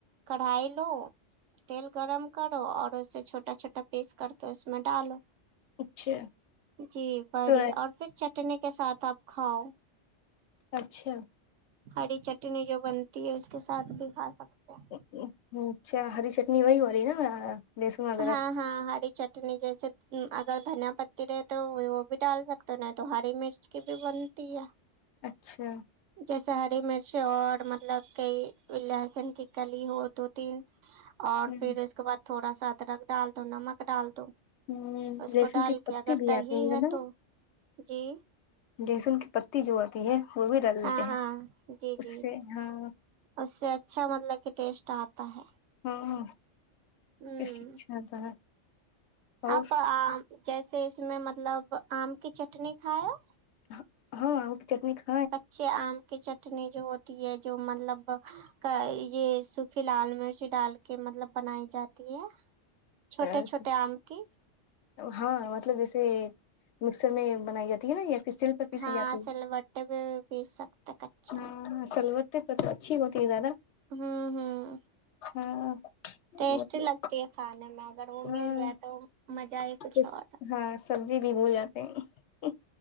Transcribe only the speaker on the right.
کڑھائی لو تیل گرم کرو اور اسے چھوٹا چھوٹا پیس کر کے اس میں ڈالو
جی بڑی
اور فیر چٹنی کے ساتھ آپ کھاؤ
ہری چٹنی جو بنتی ہے اس کے ساتھ بھی کھا سکتے ہیں
ہاں ہاں ہاری چٹ ٹنی جیسے اگر دھنیا پتی رہے تو وہ بھی ڈال سکتے ہو نہیں تو ہری مرچ اس کی بھی بنتی ہے
جیسے ہری مرچ اور مطلب کے لہسن کی کلی ہو دو تین اور
فیر اس کے بعد تھوڑا سا ادرک ڈال دو نمک ڈال دو
اس
کو ڈال
کے اگر
دہی
ہے
تو جی
ہاں
ہاں جی
جی
اس سے اچھا مطلب کی ٹیسٹ آتا ہے
ہوں
آپ آ جیسے اس میں مطلب آم کی چٹنی کھایا
کچے آم کی چٹنی جو ہوتی ہے جو مطلب کا یے سوکھی لال مرچ ڈال کے مطلب بنائی جاتی ہے چھوٹے
چھوٹے آم کی
ہاں
سلوٹے پہ بھی پیس سکتے کچا
ہوں ہوں
ٹیسٹی لگتی ہے کھانے میں اگر وہ
مل جائے تو مجہ ہی کچھ
اور ہے